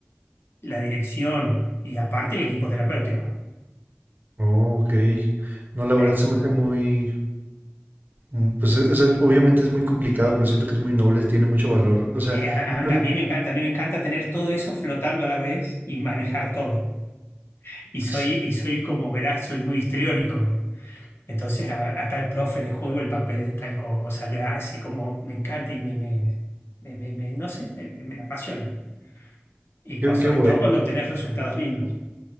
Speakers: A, on the left; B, on the right.
A: la dirección y aparte el equipo terapéutico.
B: Ok. No, la verdad
A: Eh,
B: se me hace muy, mm, pues e- es- obviamente es muy complicado, pero siento que es muy noble, tiene mucho valor. O
A: eh,
B: sea,
A: a,
B: incluso,
A: a- a mí me encanta, a mí me encanta tener todo eso flotando a la vez y manejar todo. Y soy,
B: sí,
A: y soy como verás, soy muy histriónico. Entonces a, a tal profe le juego el papel de tal cosa, le así como me encanta y me, me, me- me- me- no sé, me, me apasiona. Y
B: qué,
A: cua- sobre
B: qué bue-
A: todo cuando obtenés resultados lindos.